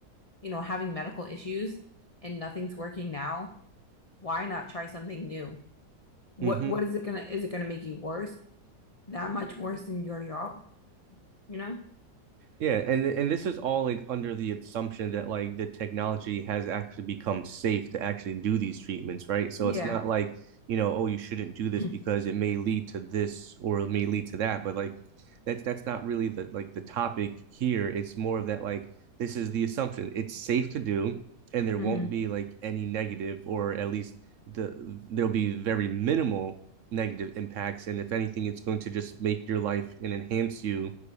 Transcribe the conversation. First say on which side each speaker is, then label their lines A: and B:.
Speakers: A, on the left; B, on the right.
A: you know, having medical issues and nothing's working now, why not try something new? What
B: mhm.
A: what is it gonna is it gonna make you worse? That much worse than you already are, you know?
B: Yeah, and and this is all like under the assumption that like the technology has actually become safe to actually do these treatments, right? So
A: Yeah.
B: it's not like, you know, oh, you shouldn't do this
A: <clears throat>
B: because it may lead to this or it may lead to that, but like that's that's not really the like the topic here. It's more of that like this is the assumption. It's safe to do and there
A: hmm
B: won't be like any negative or at least the there'll be very minimal negative impacts and if anything it's going to just make your life and enhance you